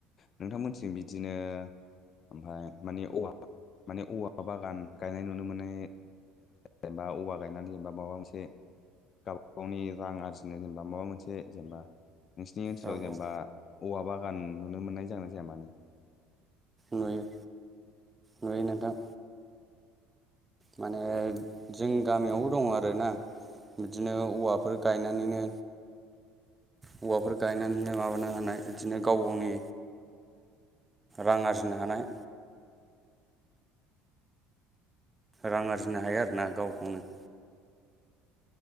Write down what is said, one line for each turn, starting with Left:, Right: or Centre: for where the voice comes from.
Left: नोंथांमोथिं बिदिनो ओमफाय माने औवा माने औवा बागान गायनाय नुनो मोनो <unintelligible> औबा गायनानै जेनबा माबा मोनसे गाव गावनि रां आरजिनो जेनेबा माबा मोनसे जेनेबा नोंसिनि ओनसोलाव
Right: औ
Left: जेनेबा
Right: औ
Left: औवा बागान नुनो मोननाय जागोना जाया माने?
Right: नुयो नुयो नोंथां। माने जों गामियावबो दङ' आरोना। बिदिनो औवाफोर गायनानैनो औवाफोर
Left: औ
Right: गायनानैनो माबा हानाय बिदिनो गाव गावनि रां आरजिनो हानाय रां आरजिनो हायो आरोना गाव गावनो ‌।